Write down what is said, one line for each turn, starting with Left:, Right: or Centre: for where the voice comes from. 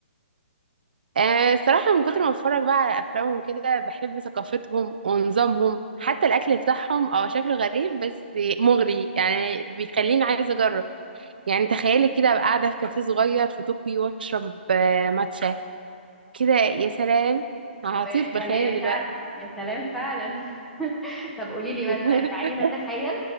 Right: آه الصراحه من كتر ما اتفرج بقى على افلامهم كده بحب ثقافتهم ونظامهم حتى الاكل بتاعهم اه شكله غريب بس مغري يعني بيخليني عايزه اجرب يعني تخيلي كده أبقى قاعده في كافيه صغير في طوكيو واشرب آه، ماتشا كده يا سلام هطير
Centre: هو يا
Right: بخيالي
Centre: سلام فعلا
Right: دلوقتي
Centre: يا سلام فعلا <laughs> طب قولي لي
Right: <laughs>
Centre: مثلا تعالي نتخيل